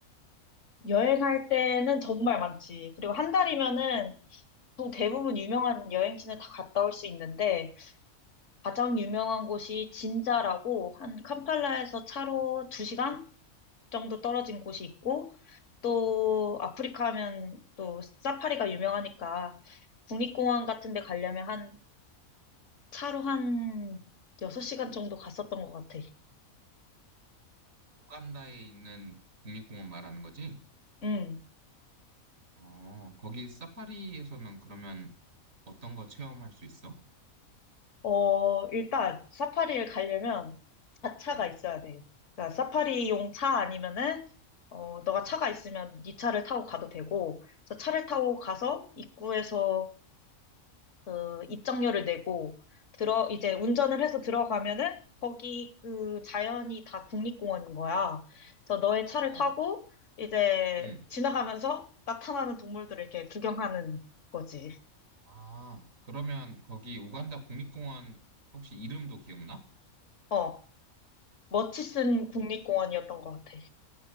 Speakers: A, on the left; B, on the right.
A: 여행할 때는 정말 많지. 그리고 한 달이면은 또 대부분 유명한 여행지는 다 갔다 올 수 있는데 가장 유명한 곳이 진자라고 한 캄팔라에서 차로 2시간 정도 떨어진 곳이 있고 또 아프리카 하면 또 사파리가 유명하니까 국립공원 같은 데 가려면 한 차로 한 6시간 정도 갔었던 것 같아.
B: 우간다에 있는 국립공원 말하는 거지?
A: 음.
B: 어, 거기 사파리에서는 그러면 어떤 거 체험할 수 있어?
A: 어, 일단 사파리를 가려면 자차가
B: 응,
A: 있어야 돼. 그러니까 사파리용 차 아니면은 어, 너가
B: 응,
A: 차가 있으면 네 차를 타고 가도 되고 그래서 차를 타고 가서 입구에서 그 입장료를 내고 들어 이제
B: 응,
A: 운전을 해서 들어가면은 거기 그 자연이 다 국립공원인 거야. 그래서 너의
B: 어,
A: 차를 타고 이제
B: 응.
A: 지나가면서 나타나는 동물들을 이렇게 구경하는 거지.
B: 아, 그러면 거기 우간다 국립공원 혹시 이름도 기억나?
A: 어, 머치슨
B: 그
A: 국립공원이었던 것 같아.